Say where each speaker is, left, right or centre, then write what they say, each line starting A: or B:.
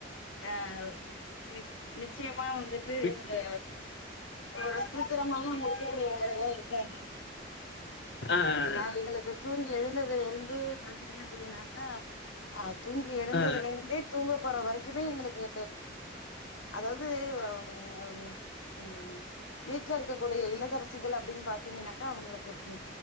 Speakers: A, on the left; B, on the left.
A: ஆ நி நிச்சயமா வந்துட்டு
B: வித்
A: ஒரு இவ்ளோ சீக்கிரமாவு ஒரே ஒரு வேலைல இருக்கேன்னு
B: ஆ ஆ
A: ஏனா எங்களுக்கு தூங்கி எழுந்ததுல இருந்து பாத்தீங்க அப்டினா க ஆ தூங்கி எழுந்ததுலந்தே
B: ஆ
A: தூங்க போற வரைக்குமே எங்களுக்கு அதாவது அ ம் வீட்டுல இருக்கக்க கூடிய இல்லதரசிகள் அப்டின்னு பாத்தீங்கன்னாக்கா அவங்களுக் க்கு